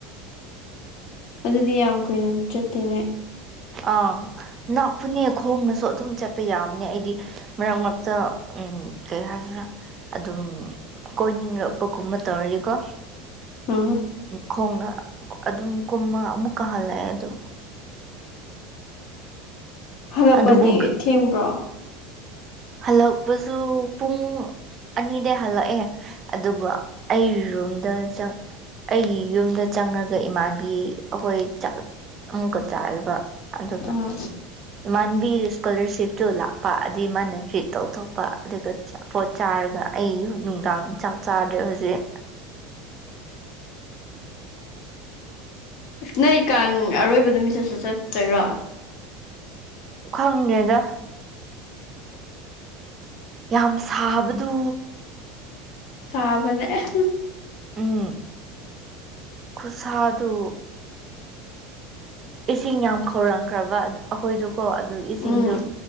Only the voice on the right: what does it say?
ꯑꯥ ꯅꯥꯄꯄꯅꯦ ꯈꯣꯡꯅꯁꯨ ꯑꯗꯨꯝ ꯆꯠꯄ ꯌꯥꯕꯅꯦ ꯑꯩꯗꯤ ꯃꯔꯛ ꯃꯔꯛꯇ ꯀꯩ ꯍꯥꯏꯁꯤꯔꯥ ꯑꯗꯨꯝ ꯀꯣꯏꯅꯤꯡꯂꯛꯄꯒꯨꯝꯕ ꯇꯧꯔꯗꯤꯀꯣ
ꯈꯣꯡꯅ ꯑꯗꯨꯝ ꯀꯨꯝꯃ ꯑꯃꯨꯛ ꯀꯥ ꯍꯜꯂꯛꯑꯦ ꯑꯗꯣ
ꯑꯗꯨꯕꯨ
ꯍꯜꯂꯛꯄꯁꯨ ꯄꯨꯡ ꯑꯅꯤꯗꯩ ꯍꯜꯂꯛꯑꯦ ꯑꯗꯨꯕꯨ ꯑꯩ ꯔꯨꯝꯗ ꯆꯤꯡ ꯑꯩꯒꯤ ꯌꯨꯝꯗ ꯆꯪꯔꯒ ꯏꯃꯥꯟꯕꯤ ꯍꯣꯏꯖꯛ ꯑꯃꯨꯛꯀ ꯆꯥꯔꯤꯕ ꯑꯗꯨꯒ
ꯏꯃꯥꯟꯕꯤ ꯏꯁꯀ꯭ꯋꯂꯔꯁꯤꯞꯇꯨ ꯂꯥꯛꯄ ꯑꯗꯨꯏ ꯃꯥꯅ ꯇ꯭ꯔꯤꯠ ꯇꯧꯊꯣꯛꯄ ꯑꯗꯨꯒꯠ ꯑꯆꯥꯄꯣꯠ ꯆꯥꯔꯒ ꯑꯩ ꯅꯨꯡꯗꯥꯡ ꯆꯥꯛ ꯆꯥꯗ꯭ꯔꯦ ꯍꯣꯖꯤꯛ
ꯈꯪꯗꯦꯗ ꯌꯥꯝ ꯁꯥꯕꯗꯨ
ꯎꯝ ꯈꯨꯁꯥꯗꯨ ꯏꯁꯤꯡ ꯌꯥꯝ ꯈꯧꯔꯥꯡꯈ꯭ꯔꯕ ꯑꯗ ꯑꯩꯈꯣꯏꯗꯣꯀꯣ ꯑꯗꯨ ꯏꯁꯤꯡꯗꯨ